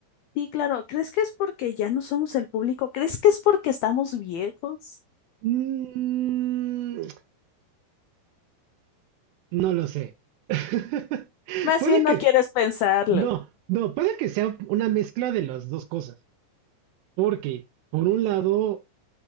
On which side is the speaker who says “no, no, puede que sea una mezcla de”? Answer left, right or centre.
Right